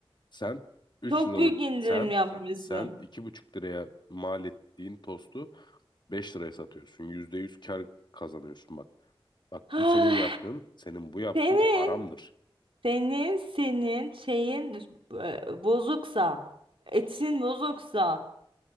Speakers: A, on the left; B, on the right.
A: Sen 3
B: çok
A: liralık
B: büyük indirim
A: sen
B: yapmışsın.
A: sen iki buçuk liraya mal ettiğin tostu 5 liraya satıyorsun. yüzde yüz kar kazanıyorsun bak. Bak
B: Ay,
A: bu senin yaptığın, senin bu yaptığın
B: senin
A: haramdır.
B: senin senin şeyin e, bozuksa etin bozuksa